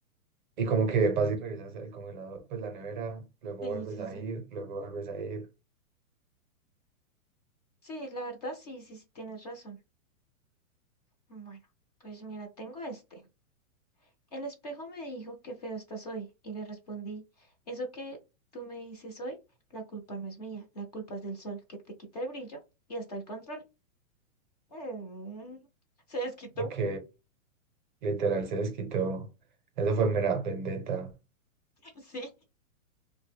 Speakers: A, on the right; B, on the left.
A: Y como que vas y revisas el congelador, pues la nevera, luego
B: Sí,
A: vuelves
B: sí,
A: a
B: sí.
A: ir, luego vuelves a ir.
B: Sí, la verdad, sí, sí, sí, tienes razón. Bueno, pues mira, tengo este. El espejo me dijo que feo estás hoy y le respondí, eso que tú me dices hoy, la culpa no es mía, la culpa es del sol que te quita el brillo y hasta el control. Mm, Se desquitó.
A: Ok, literal se desquitó. Eso fue mera vendetta.
B: <laughs> Sí,